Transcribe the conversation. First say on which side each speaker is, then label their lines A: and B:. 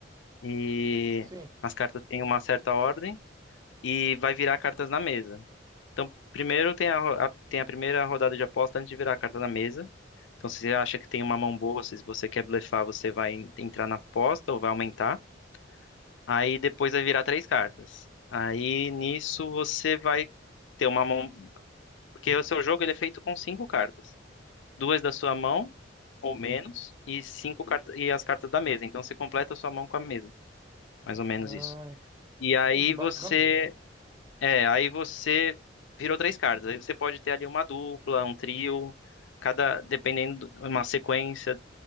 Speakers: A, on the left; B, on the right.
A: E
B: sim.
A: as cartas têm uma certa ordem e vai virar cartas na mesa. Então, primeiro tem a, ro- a- tem a primeira rodada de aposta antes de virar a carta na mesa. Então, se você acha que tem uma mão boa, se você quer blefar, você vai en- entrar na aposta ou vai aumentar. Aí depois vai virar três cartas. Aí nisso você vai ter uma mão. Porque o seu jogo ele é feito com cinco cartas. Duas da sua mão, ou menos, e cinco cartas e as cartas da mesa. Então você completa a sua mão com a mesa. Mais ou menos
B: Ah,
A: isso. E aí
B: entendi, bacana.
A: você. É, aí você virou três cartas. Aí você pode ter ali uma dupla, um trio, cada, dependendo, uma sequência,